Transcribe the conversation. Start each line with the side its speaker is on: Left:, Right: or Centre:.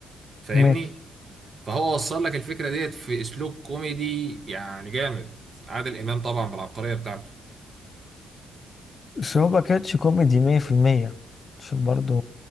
Right: فاهمني
Left: ماشي
Right: فهو وصل لك الفكره ديت في اسلوب كوميدي يعني جامد عادل امام طبعا بالعبقريه بتاعته
Left: بس هو ما كانش كوميدي مية في المية عشان برضه